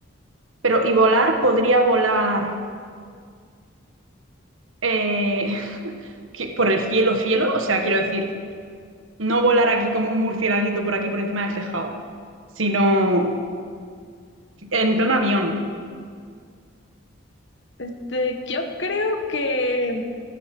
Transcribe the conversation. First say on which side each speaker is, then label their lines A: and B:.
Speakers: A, on the right (about 80°); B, on the left (about 60°).
A: Pero, ¿y volar? ¿Podría volar eh, que- por el cielo, cielo? O sea, quiero decir, no volar aquí como un murcielaguito por aquí por encima del tejado, sino en plan avión.
B: Este, yo creo que